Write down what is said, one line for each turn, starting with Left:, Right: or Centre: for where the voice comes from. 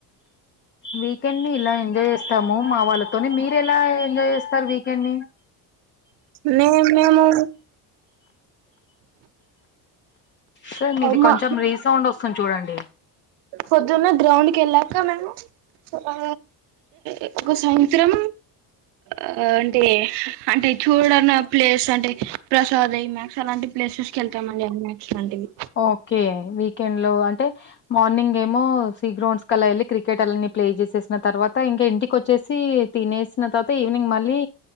Left: వీకెండ్ ని ఇలా ఎంజాయ్ చేస్తాము మా వాళ్ళతోని మీరు ఎలా ఎంజాయ్ చేస్తారు వీకెండ్ ని
Right: ఉన్నయ్ ఉన్నయ్ ఏమో.
Left: సార్ మీది
Right: మా
Left: కొంచెం రీసౌండ్ వస్తుంది చూడండి.
Right: పొద్దున్నే గ్రౌండ్ కెల్లాక మేము. ఆ ఎక్కు సాయంత్రం. ఆ అంటే అంటే చూడన్న ప్లేస్ అంటే ప్రసాద్ హమాక్స్ అలాంటివి. ప్లేసెస్ కి వెళ్తామండి అనాక్స్ లాంటివి.
Left: ఓకే వీకెండ్ లో అంటే మార్నింగ్ ఏమో సి గ్రౌండ్స్ కల్లా వెళ్ళి క్రికెట్ అలాని. ప్లే చేసేసిన తర్వాత ఇంకా ఇంటికి వచ్చేసి తినేసిన తర్వాత ఈవినింగ్ మళ్ళీ.